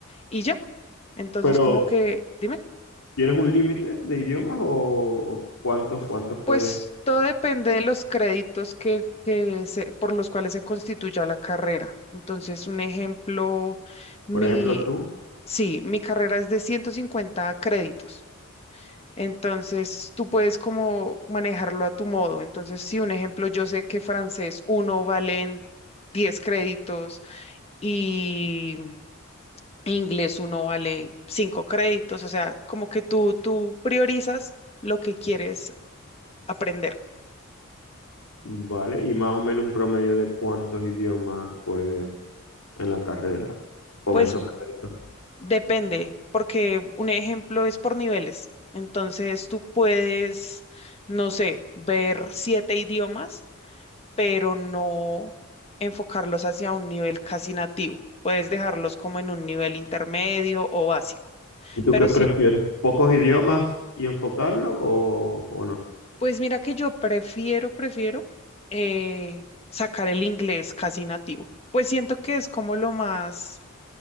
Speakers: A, on the left; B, on the left.
A: y ya. Entonces,
B: Pero
A: como que, dime.
B: ¿tienes un límite de idiomas o, o cuántos, cuántos puedes?
A: Pues todo depende de los créditos que, que se- por los cuales se constituya la carrera. Entonces, un ejemplo, mi,
B: Por ejemplo, tú,
A: sí, mi carrera es de 150 créditos. Entonces, tú puedes como manejarlo a tu modo. Entonces, si un ejemplo, yo sé que francés uno valen 10 créditos y inglés uno vale 5 créditos. O sea, como que tú, tú priorizas lo que quieres aprender.
B: ¿vale? Y más o menos un promedio de cuántos idiomas puedes en la carrera con
A: Pues
B: esos créditos
A: Depende, porque un ejemplo es por niveles. Entonces tú puedes, no sé, ver siete idiomas, pero no enfocarlos hacia un nivel casi nativo. Puedes dejarlos como en un nivel intermedio o básico.
B: ¿Y tú
A: Pero
B: qué prefieres?
A: sí,
B: ¿Pocos idiomas y enfocarlo o, o no?
A: pues mira que yo prefiero, prefiero eh, sacar el inglés casi nativo. Pues siento que es como lo más